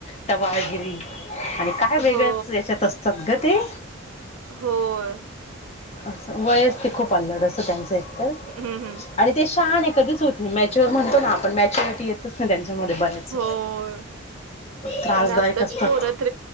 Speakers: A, on the left (about 30°); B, on the right (about 80°).
A: टवाळगिरी आणि काय वेगळ्याच
B: हो
A: याच्यात असत... असतात ग ते...
B: होय
A: अस वयस ते खूप आल्लड असं त्यांचं एकतर
B: हम्म हम्म
A: आणि ते शान... कधीच होत नाही मॅच्युर म्हणतो ना आपण मॅच्युरिटी येतच ना त्यांच्यामध्ये बऱ्याच..
B: होय
A: त्रासदायक
B: आणि आताची
A: असतात
B: पोरत